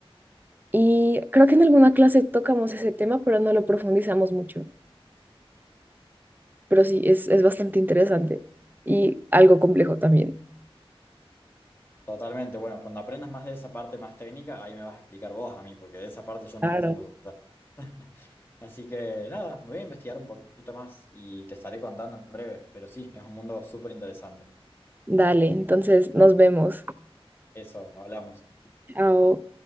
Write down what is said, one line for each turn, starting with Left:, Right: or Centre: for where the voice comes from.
Right: Y creo que en alguna clase tocamos ese tema, pero no lo profundizamos mucho. pero sí, es, es bastante interesante y algo complejo también.
Left: totalmente. Bueno, cuando aprendas más de esa parte más técnica, ahí me vas a explicar vos a mí, porque de esa parte yo no
Right: Claro.
Left: entiendo total. <laughs> Así que nada, me voy a investigar un poquito más y te estaré contando en breve, pero sí, es un mundo súper interesante.
Right: Dale, entonces nos vemos.
Left: Eso, hablamos.
Right: Chao.